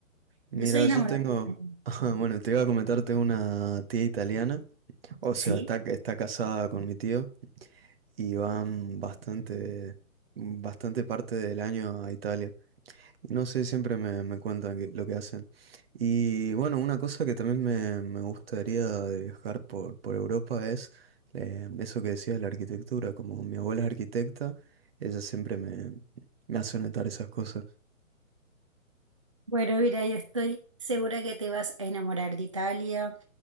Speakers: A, on the right; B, on the right.
A: Mira,
B: Yo soy enamorada
A: yo tengo,
B: de Italia.
A: <laughs> ajá, bueno, te iba a comentar, tengo una tía italiana. O
B: Sí,
A: sea, está, está casada con mi tío y van bastante, bastante parte del año a Italia. No sé, siempre me, me cuentan que- lo que hacen. Y bueno, una cosa que también me, me gustaría de viajar por, por Europa es eh, eso que decías, la arquitectura. Como mi abuela es arquitecta, ella siempre me, me hace notar esas cosas.
B: Bueno, mira, yo estoy segura que te vas a enamorar de Italia,